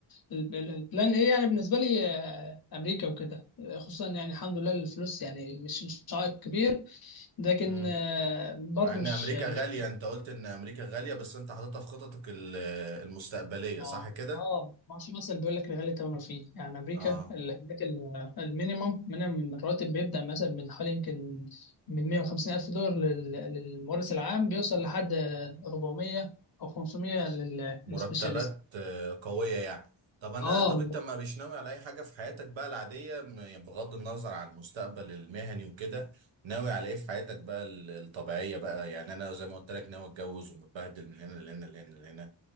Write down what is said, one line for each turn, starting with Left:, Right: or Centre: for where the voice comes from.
Left: ال- ال- البلان إيه يعني بالنسبة لي آه، أمريكا وكده آه، خصوصا يعني الحمد لله الفلوس يعني مش مش عائق كبير لكن
Right: امم
Left: آه، برضو
Right: مع ان
Left: مش
Right: امريكا
Left: مش
Right: غالية انت قلت ان امريكا غالية بس انت حاططها في خططك ال- المستقبلية
Left: اه
Right: صح كده؟
Left: اه ما في مثلا بيقول لك الغالي ثمنه فيه يعني امريكا
Right: اه
Left: الحاجات ال- المينيمم من الراتب بيبدا مثلا من حوالي يمكن من 150 الف دولار لل- للممارس العام بيوصل لحد 400 او 500 لل-
Right: مرتبات
Left: للسبيشاليست
Right: آه، قوية يعني طب انا
Left: اه
Right: طب انت ما مش ناوي على اي حاجة في حياتك بقى العادية م- يعني بغض النظر عن المستقبل المهني وكده ناوي على ايه في حياتك بقى ال- الطبيعية بقى يعني انا زي ما قلت لك ناوي اتجوز ومتبهدل من هنا لهنا لهنا لهنا